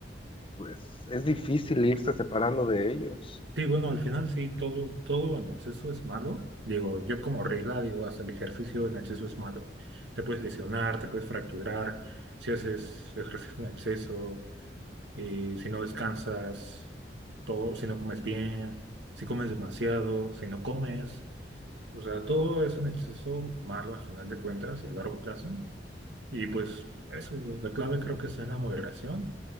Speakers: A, on the left; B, on the right.
A: pues es difícil irse separando de ellos.
B: Sí, bueno, al final sí, todo, todo en exceso es malo. Digo, yo como regla digo, hasta el ejercicio en exceso es malo. Te puedes lesionar, te puedes fracturar, si haces ejercicio en exceso, eh, si no descansas, todo, si no comes bien, si comes demasiado, si no comes. O sea, todo es un exceso malo al final de cuentas y a largo plazo. Y pues eso, güey, la clave creo que está en la moderación